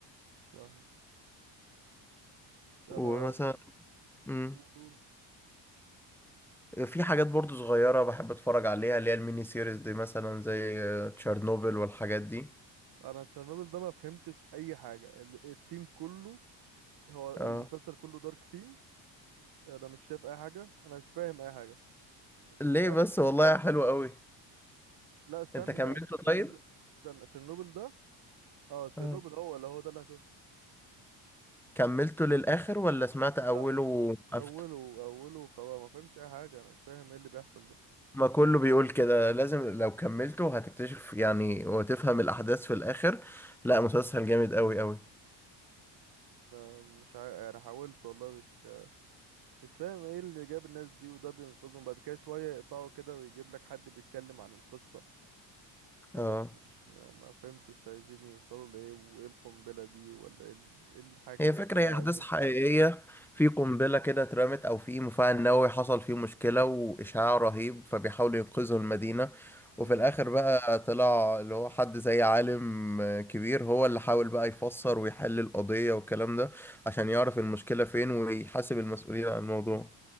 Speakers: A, on the right; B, in the centre.
A: فاهمه انا
B: ومثلا مم.
A: قول
B: في حاجات برضو صغيرة بحب أتفرج عليها اللي هي الميني سيريز دي مثلا زي آه، تشيرنوبل والحاجات دي
A: انا تشيرنوبل ده ما فهمتش اي حاجه ال- الثيم كله هو
B: اه
A: المسلسل كله دارك ثيم انا مش شايف اي حاجه انا مش فاهم اي حاجه مش
B: ليه
A: عارف
B: بس والله حلو قوي
A: لا استنى
B: أنت كملته طيب؟
A: تشيرنو- استنى تشيرنوبل ده اه تشيرنوبل
B: اه
A: هو اللي هو ده اللي انا شفته
B: كملته للآخر ولا سمعت أوله
A: لا
B: وقفت؟
A: اوله اوله خلاص ما فهمتش اي حاجه انا مش فاهم ايه اللي بيحصل ده
B: ما كله بيقول كده لازم لو كملته هتكتشف يعني وتفهم الأحداث في الآخر لا مسلسل جامد أوي أوي
A: ما- مش عا... يعني حاولت والله مش مش فاهم ايه اللي جاب الناس دي وده بينقذهم بعد كده شوية يقطعوا كده ويجيب لك حد بيتكلم عن القصة
B: اه
A: فاهم مش ما, ما فهمتش عايزين يوصلوا لإيه وايه القنبلة دي ولا ايه ال- إيه الحاجة
B: هي
A: اللي
B: فكرة
A: فرقعت
B: هي أحداث
A: دي
B: حقيقية في قنبلة كده اترمت أو في مفاعل نووي حصل فيه مشكلة وإشعاع رهيب فبيحاولوا ينقذوا المدينة وفي
A: مم.
B: الآخر بقى طلع اللي هو حد زي عالم آه، كبير هو اللي حاول بقى يفسر ويحل القضية والكلام ده عشان يعرف المشكلة فين ويحاسب المسؤولين عن الموضوع